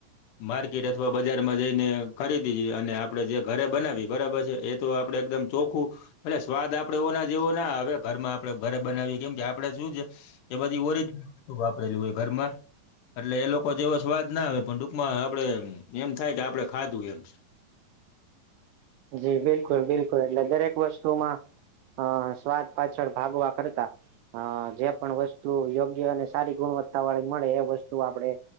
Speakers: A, on the left (about 75°); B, on the right (about 85°).
A: માર્કેટ અથવા બજારમાં જઈને ખરીદી અને આપણે જે ઘરે બનાવી બરાબર છે. એ તો આપણે એકદમ ચોખું એટલે સ્વાદ આપણે ઓ ના જેવો ના હવે ઘરમાં આપણે ઘરે કેમ કે આપણે શું છે કે બધી ઓરિજનલ વસ્તુ હોય. ઘરમાં એટલે એ લોકો જેવો સ્વાદ ના આવે, પણ ટૂંકમાં આપણે એમ થાય કે આપણે ખાધું એમ છે.
B: જી બિલકુલ બિલકુલ. એટલે દરેક વસ્તુમાં હ, સ્વાદ પાછળ ભાગવા કરતા હા, જે પણ વસ્તુ યોગ્ય અને સારી ગુણવત્તા વાળી મળે એ વસ્તુ આપડે